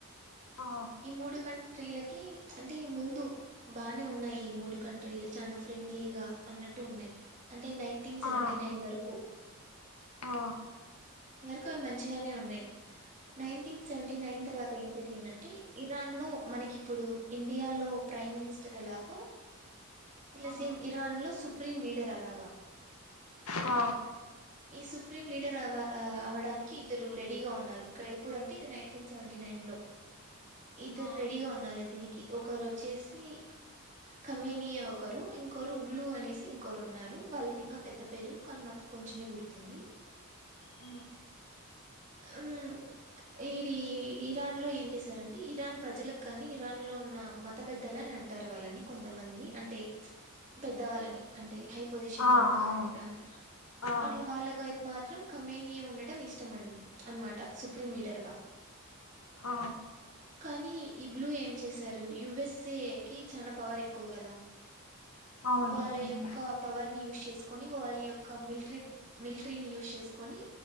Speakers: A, on the left; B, on the right.
A: ఆ
B: ఈ మూడు కన్ ట్రీలకి అంటే ఈ ముందు బానే ఉన్నాయి మూడు కంట్రీలు చాలా ఫ్రెండ్లీగా అన్నట్ టున్నాయి అంటే నైన్టీన్ సెవెీన్టి
A: ఆ
B: నైన్ వరకు
A: ఆ
B: కు మంచిగానే ఉన్నాయి నైన్టీన్ సెవెన్టి నైన్ తర్వాత ఏం ఏంటంటే ఇరాన్ లో మనకి ఇప్పుడు ఇండియా లో ప్రైమ్ మినిస్టర్ ఎలాగో అట్ల
A: ఆ
B: సేమ్ ఇరాన్లో సుప్రీం లీడర్ అలాగ
A: అ
B: సుప్రీం లీడర్ అవ్వ అ అవ్వడానికి ఇద్దరు రెడీగా ఉన్నారు ఇక్కడ ఎప్పుడుంటే ఇక నైన్టీన్ సెవెంటీ నైన్ లో ఇద్దరు
A: ఆ
B: రెడీగా ఉన్నారు ఇతనికి ఒకరు వచ్చేసి కమేనియ ఒకరు ఇంకోొరు ఉల్లుూ అనేసి ఇంకోొరు ఉన్నారు వాళ్ళకి ఇంకా పెద్ద పేరు కానీ నాకు కొంచమే గుర్తుంది
A: ఆ
B: ఉమ్ ఈరి ఇరాన్లో ఏం చేశారంటే ఇరాన్ ప్రజలకు గాని ఇరాన్ లో ఉన్న మత పెద్దలు అని అంట అంటారు వాల్లని కొంత మంది అంటే పెద్ద వాల్లని అంటె హై పొజిషన్ల
A: ఆ
B: ఉన్న
A: అవును
B: వాళ్ళని ఇక
A: ఆ
B: అట్ల వాళ్ళక అయితే మాత్రం కమ్మెనీయ ఉండటం ఇష్ ఇష్టం అనమాట సుప్రీం లీడర్గా
A: ఆ
B: కానీ ఈ బ్లూ ఏం చేశారు యుఎస్ఏ కి చాన పవర్ ఎక్కువ కదా
A: అవును
B: వాళ్ళ
A: మ్
B: యొక్క పవర్ని యూస్ చేసు కొని వాళ్ల యొక్క మిల్ట్రి మిల్ట్రిని యుస్ చేసుకొని